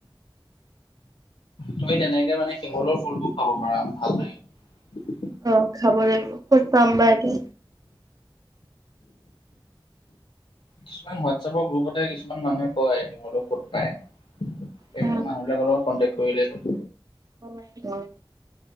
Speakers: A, on the left; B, on the right.
A: তুমি তেনেকে মানে, শিমলুৰ ফুলটো খাব পাৰা, ভাল লাগে।
B: অ খাব লাগিব, ক'ত পাম বা এইটো?
A: কিছুমান হোৱাটছএপৰ গ্ৰুপতে কিছুমান মানুহে কয়, শিমলু ফুল? হয়, সেইবোৰ
B: অ
A: মানুহ বিলাকৰ লগত কন্টেক কৰিলেই হ'ল।
B: অনলাইন দি কয়,